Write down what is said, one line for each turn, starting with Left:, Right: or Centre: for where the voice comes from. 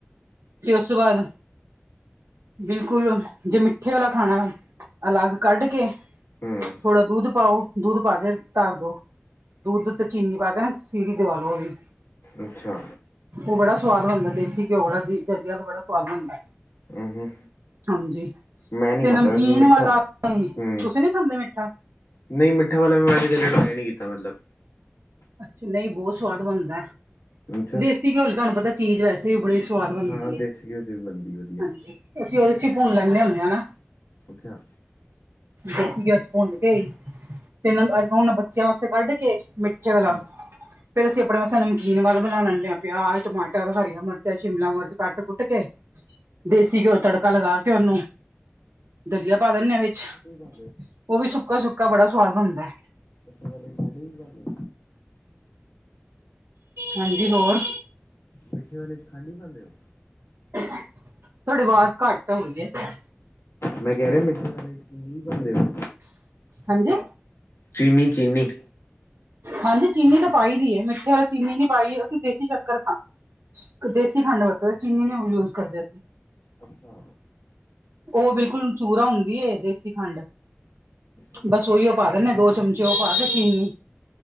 Right: ਤੇ ਉਸ ਤੋਂ ਬਾਅਦ, ਬਿਲਕੁਲ ਜੇ ਮਿੱਠੇ ਵਾਲਾ ਖਾਣੈ। ਅਲੱਗ ਕੱਢ ਕੇ
Left: ਹੂੰ
Right: ਥੋੜ੍ਹਾ ਦੁੱਧ ਪਾਓ, ਦੁੱਧ ਪਾ ਕੇ ਧਾਰ ਦੋ ਦੁੱਧ ਤੇ ਚੀਨੀ ਪਾ ਕੇ ਨਾ ਸੀਟੀ ਦਵਾ ਲੋ ਉਹਦੀ।
Left: ਅੱਛਾ।
Right: ਉਹ ਬੜਾ ਸੁਵਾਦ ਬਣਦਾ ਦੇਸੀ ਘਿਓ ਵਾਲਾ ਵੀ <unintelligible> ਕਹਿੰਦੇ ਬੜਾ ਸੁਵਾਦ ਬਣਦੈ।
Left: ੳਹੂੰ
Right: ਹਾਂਜੀ।
Left: ਮੈਂ ਨਹੀਂ
Right: ਤੇ
Left: ਖਾਦਾ ਵੈਸੇ ਮਿੱਠਾ
Right: <unintelligible>
Left: ਹੂੰ
Right: ਤੁਸੀਂ ਨੀ ਖਾਂਦੇ ਮਿੱਠਾ?
Left: ਨਹੀਂ, ਮਿੱਠਾ ਵਾਲਾ ਮੈਂ ਕਦੇ ਟਰਾਏ ਨਹੀਂ ਕੀਤਾ ਮਤਲਬ।
Right: ਅੱਛਾ, ਨਹੀਂ ਬਹੁਤ ਸਵਾਦ ਬਣਦਾ।
Left: ਅੱਛਾ
Right: ਦੇਸੀ ਘਿਓ ਚ ਤੁਹਾਨੂੰ ਪਤਾ ਚੀਜ਼ ਵੈਸੇ ਵੀ ਬੜੀ ਸਵਾਦ ਬਣਦੀ
Left: ਹਾਂ ਦੇਸੀ
Right: ਹੈ,
Left: ਘਿਓ ਚ ਵੀ ਬਣਦੀ ਵਧੀਆ
Right: ਹਾਂਜੀ ਅਸੀਂ ਉਹਦੇ ਚ ਭੁਨ ਲੈਂਦੇ ਹੁੰਨੇ ਹਾਂ ਨਾ।
Left: ਅੱਛਾ
Right: ਦੇਸੀ ਘਿਓ ਚ ਭੁੰਨ ਕੇ, ਤੇ ਅੱ ਉਹਨਾਂ ਬੱਚਿਆਂ ਵਾਸਤੇ ਤੇ ਕੱਢ ਕੇ ਮਿੱਠੇ ਵਾਲਾ
Left: ਹੂੰ
Right: ਫੇਰ ਅਸੀਂ ਆਪਣੇ ਵਸਤੇ ਨਮਕੀਨ ਵੱਲ ਬਣਾ ਲੈਂਦੇ ਹਾਂ। ਪਿਆਜ, ਟਮਾਟਰ, ਹਰੀਆਂ ਮਿਰਚ, ਸ਼ਿਮਲਾ ਮਿਰਚ, ਕੱਟ-ਕੁੱਟ ਕੇ ਦੇਸੀ ਘਿਓ ਤੜਕਾ ਲਗਾ ਕੇ ਓਨੂੰ ਦਲੀਆ ਪਾ ਦਿੰਦੇ ਹਾਂ ਵਿੱਚ।
Left: ਮਿੱਠੇ
Right: ਉਹ ਵੀ ਸੁੱਕਾ-ਸੁੱਕਾ ਬੜਾ ਸੁਵਾਦ ਬਣਦੈ।
Left: ਬਡ <unintelligible> ਵਲੇ ਖੜੀ ਜਾਣਗੇ।
Right: ਹਾਂਜੀ ਹੋਰ
Left: ਮਿੱਠੇ ਵਾਲੇ ਚ ਖੰਡ ਈ ਪਾਂਦੇ ਹੋ।
Right: ਤੁਹਾਡੀੇ ਆਵਾਜ਼ ਘੱਟ ਹੋ ਰਹੀ ਹੈ।
Left: ਮੈਂ ਕਹਿ ਰਿਹਾ ਮਿੱਠੇ ਵਾਲੇ ਚ ਚੀਨੀ ਵੀ ਪਾਦੇ ਔ
Right: ਹਾਂਜੀ।
Left: ਚੀਨੀ-ਚੀਨੀ।
Right: ਹਾਂਜੀ ਚੀਨੀ ਤਾਂ ਪਾਈ ਦੀ ਹੈ ਮਿੱਠੇ ਵਾਲੇ ਚੀਨੀ ਨੀ ਪਾਈ, ਅਸੀਂ ਦੇਸੀ ਸ਼ੱਕਰ ਖਾ ਦੇਸੀ ਖੰਡ ਵਰਤਦੇ ਚੀਨੀ ਨਈ ਹੁਣ ਯੂਜ ਕਰਦੇ ਅਸੀਂ
Left: ਅੱਛਾ।
Right: ਉਹ ਬਿਲਕੁਲ ਚੂਰਾ ਹੁੰਦੀ ਏ ਦੇਸੀ ਖੰਡ,
Left: ਅੱਛਾ
Right: ਬਸ ਉਹੀਓ ਪਾ ਦਿੰਨੇ ਆ ਦੋ ਚਮਚੇ ਉਹ ਪਾ ਕੇ ਚੀਨੀ,